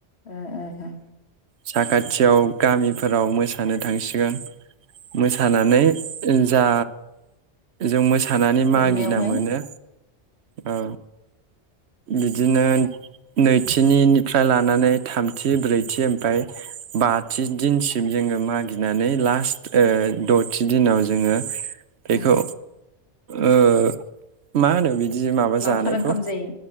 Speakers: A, on the left (about 70°); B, on the right (about 75°).
A: ओ ओ ओ
B: साखाथियाव गामिफोराव मोसानो थांसिगोन । मोसानानै जा जों मोसा नानै
A: जोबनायावहाय
B: मागिना मोनो ओ बिदिनो नैथिनिनिफ्राय लानानै थामथि ब्रैथि ओमफ्राय बा थि दिनसिम जोङो मागिनानै लास्ट ओ द'थि दिनाव जोङो बेखौ
A: उम
B: ओ मा होनो बिदि बि माबा
A: लावखार
B: जानायखौ
A: ओंखाम जायो